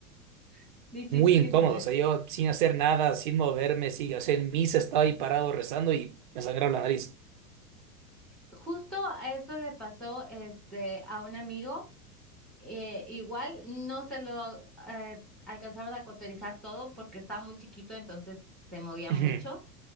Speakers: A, in the centre; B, on the right.
A: <laughs> difícil
B: Muy incómodo.
A: y molesto.
B: O sea, yo sin hacer nada, sin moverme, sí, o sea, en misa estaba ahí parado rezando y me sangraba la nariz.
A: Justo a eso le pasó este, a un amigo. Eh, igual no se lo eh, alcanzaron a cauterizar todo porque estaba muy chiquito, entonces se movía
B: Ujú,
A: mucho,